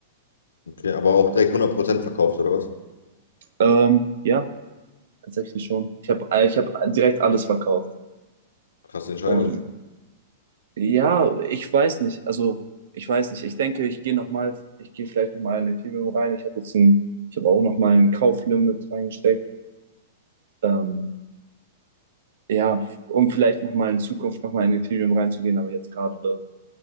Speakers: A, on the left; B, on the right.
A: Okay, aber auch direkt hundert Prozent verkauft, oder was?
B: Ähm, ja, tatsächlich schon. Ich habe ich hab direkt alles verkauft.
A: Krasse Entscheidung.
B: Und Ja, ich weiß nicht. Also, ich weiß nicht. Ich denke, ich gehe noch mal, ich gehe vielleicht noch mal in Ethereum rein. Ich habe jetzt ein, ich habe auch noch mal ein Kauflimit reingesteckt. Ähm, ja, um vielleicht noch mal in Zukunft noch mal in Ethereum reinzugehen. Aber jetzt gerade